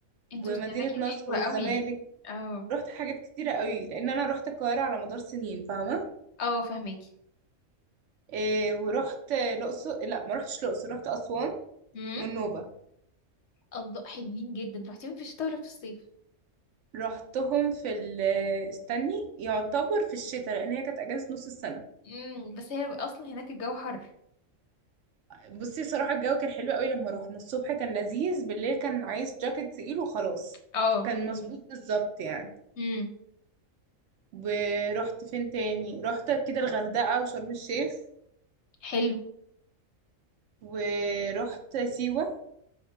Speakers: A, on the left (about 65°); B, on the right (about 65°).
A: انت
B: ومدينة
A: زرتي اماكن
B: نصر
A: حلوة
B: والزمالك
A: قوي اه
B: رحت حاجات كتيرة قوي لأن أنا رحت القاهرة على مدار سنين فاهمة؟
A: اه فهماكي
B: آه، ورحت الأقصر لأ ما رحتش الأقصر رحت أسوان
A: امم
B: والنوبة
A: الله حلوين جدا روحتي فين في الشتاء ولا في الصيف
B: رحتهم في ال استني يعتبر في الشتاء لان هي كانت اجازه نص السنه
A: امم بس هي اصلا هناك الجو حر
B: بصي صراحه الجو كان حلو قوي لما روحنا الصبح كان لذيذ بالليل كان عايز جاكيت تقيل وخلاص
A: اه
B: كان مظبوط بالظبط يعني
A: امم
B: ورحت فين تاني رحت كده الغردقه وشرم الشيخ
A: حلو
B: ورحت سيوه